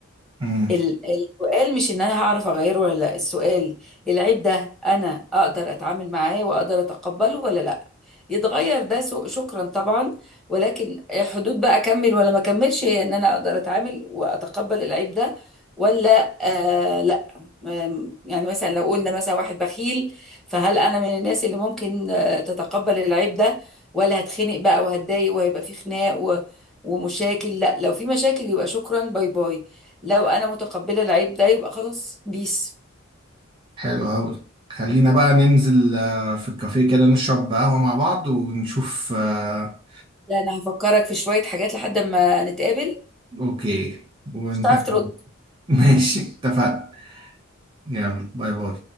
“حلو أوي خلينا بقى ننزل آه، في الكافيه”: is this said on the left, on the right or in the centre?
Right